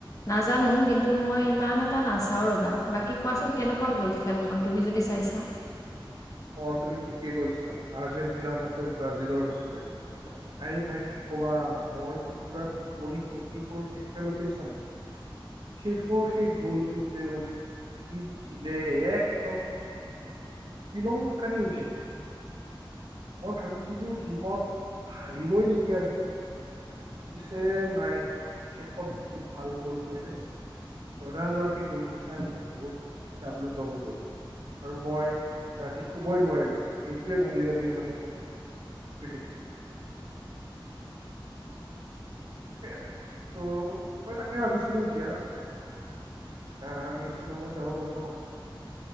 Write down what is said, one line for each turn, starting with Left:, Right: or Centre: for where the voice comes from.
Left: নাজানো কিন্তু মই ইমান এটা নাচাও ৰবা, বাকী কোৱাচোন কেনেকুৱা গ'ল খেলখন? তুমি যদি চাইছা?
Right: অ' তুমি ঠিকে কৈছা আৰ্জেণ্টিনাচ, ব্ৰাজিলৰ হৈছিলে। আৰে ভাই কি কবা, মইতো পুৰা টোপনি কতি কৰি শেষলৈকে চালো। শেষৰ সেই গোলটো যে উকি জিলে একদম। বিলংকানি উঠিল মই ভাবিছিলো সিহঁত হাৰিবই নেকি আজি। পিছে নাই শেষত বহুত ভাল গ'ল কৰিলে। ৰনাল্ডৰ সেই গ'লটো চাই মই বহুত বেছি আপ্লুত হৈ গলো। আৰু মই ৰাতি শুবই নোৱাৰিলো সেইটোয়ে ভাবি ভাবি মানে। শ থাক মানে। <unintelligible> তে ত' মই তাকে ভাবিছিলো এতিয়া। আঁ আমি শ্বিলঙত যাব পাৰোঁ ন?